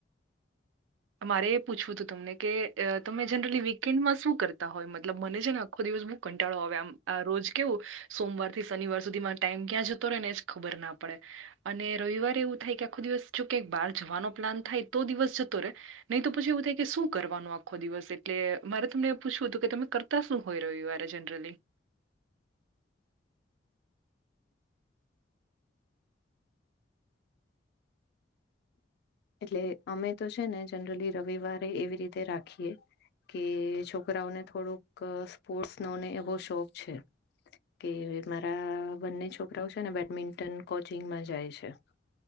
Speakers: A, on the right; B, on the left.
A: મારે એ પૂછવું તું તમને કે અ તમે જનરલી વીકેન્ડમાં શું કર તા હોય મતલબ મને છે ને આખો દિવસ બહુ કંટાળો આવે આમ આ રોજ કેવું સોમવારથી શનિવાર સુધીમાં ટાઈમ ક્યાં જતો રે ને એજ ખબર ના પડે. અને રવિવારે એવું થાય કે આખો દિવસ જો ક્યાંક બાર જવાનો પ્લાન થાય તો દિવસ જતો રે. નહીં તો પછી એવું થાય કે શું કરવાનું આખો દિવસ એટલે મારે તમને એ પૂછવું તું કે તમે કર તા શું હોય રવિવારે જનરલી?
B: એટલે અમે તો છે ને જનરલી રવિવારે એવી રીતે રાખીએ. કે છોકરાઓને થોડુંક સ્પોર્ટ્સનો ને એવો શોખ છે. કે મારા બંને છોકરાઓ છે ને બેડમિન્ટન કોચિંગમાં જાય છે.